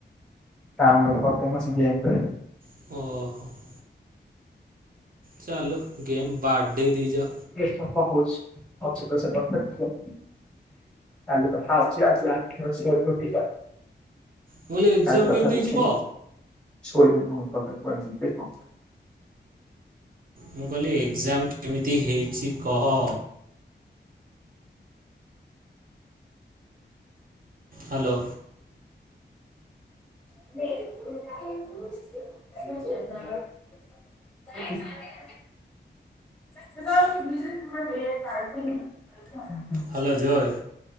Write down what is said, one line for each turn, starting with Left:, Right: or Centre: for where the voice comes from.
Centre: ଡାଉନଲୋଡ୍ କରିଦମୁ ଆସି ଗେମ୍ ପେ
Right: ଓହୋ। ଚାଲୁ ଗେମ୍ ବାଡେଇ ଦେଇଜ।
Centre: ଦେଖିଆ କଣ୍ ହଉଛି ଅଛି ତ ସେକଥ ଦେଖିଆ। କାଲି କଥା ଅଛି ଆଜି <unintelligible>
Right: ମୁଁ କହିଲି ଏକ୍ଜାମ
Centre: କାଲି କଥା
Right: କେମିତି
Centre: ଦେଖିଆ
Right: ହେଇଛି କହ?
Centre: ସୋଇବି ମୁଁ ଗଲେ କୁଆଡେ ଯିବି କଣ କରି
Right: ମୁଁ କହିଲି ଏକ୍ଜାମ୍ କେମିତି ହେଇଚି କହ? ହାଲୋ।
Centre: <unintelligible> <unintelligible> <unintelligible> <unintelligible> <unintelligible> ହୁଁ ହୁଁ।
Right: ହ୍ୟାଲୋ ଜୟେ